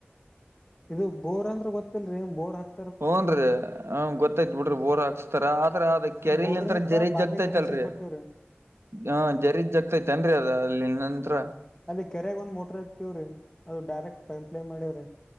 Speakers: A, on the left; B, on the right.
A: ಇದು ಬೋರ್ ಅಂದ್ರ ಗೊತ್ತಲ್ರಿ ಬೋರ್ ಹಾಕ್.
B: ಹುನ್ರಿ ಗೊತ್ತಾಯತ್ ಬಿಡ್ರಿ ಬೋರ್ ಹಚ್ಚತರ ಆದ್ರ ಅದಿಕ್ಕೇ. ಕೆರಲ್
A: ಬೋರ್ನಿತ್ತ
B: ನಿಂತರ ಜೆರೀ
A: ಬಾವಿ
B: ಜಗ್ತೈತ್ಲ್ರರಿ.
A: ಕಲೆಕ್ಷನ್ ಕೊಟ್ಟಿವ್ರಿ
B: ಹಾ ಜರೀದ್ ಜಗ್ತೈತನ್ರಿ ಅದ ಅಲ್ಲಿ ನಂತ್ರ.
A: ಅಲ್ಲಿ ಕೆರೆಗೆ ಒಂದ್ ಮೋಟರ್ ಇರ್ತಿವ್ರೀ ಅದು ಡೈರೆಕ್ಟ್ ಪೈಂಪ್ಲೇ ಮಾಡಿವವ್ರಿ.